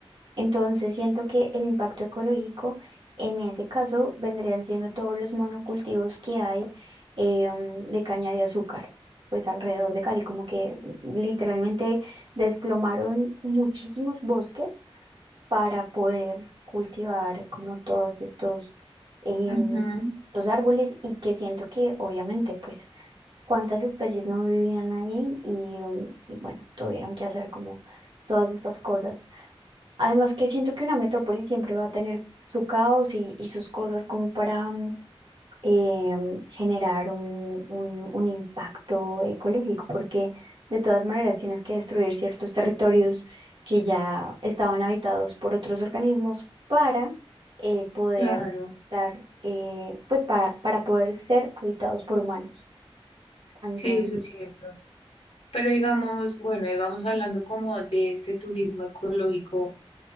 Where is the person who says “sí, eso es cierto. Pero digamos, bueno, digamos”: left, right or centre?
Left